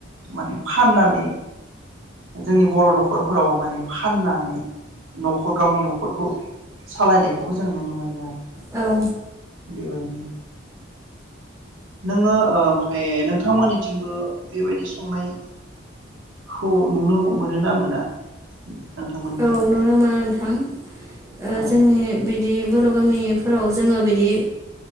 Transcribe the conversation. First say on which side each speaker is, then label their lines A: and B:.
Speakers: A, on the right; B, on the right.
A: माने फाननानै जोंनि बर' न'खरफोराव माने फाननानै न'खर न'रखौ सालायनायखौबो जों नुनो मोनो आरो
B: औ
A: बेबायदि नोङो ओमफ्राय नोंथांमोननिथिंबो बेबायदि संनायखौ नुनो मोनो ना मोना नोंथांमोननिथिं
B: औ नुनो मोनो नोंथां ओ
A: औ
B: जोंनि बिदि बर' गामिफोराव जोङो बिदि